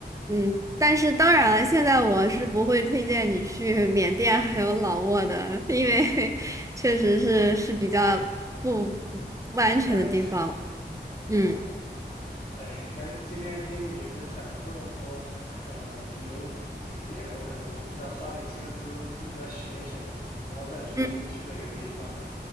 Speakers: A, on the right; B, on the left.
A: 嗯，但是当然了，现在我是不会推荐你去缅甸还有老挝的，因为 <laughs> 确实是是比较不不安全的地方，
B: 不安全。哦，
A: 嗯。
B: 哎，刚今天听你分享了这么多呃旅游景点，我可能要花点心思自己再选一选，然后再决定去哪个地方。
A: 嗯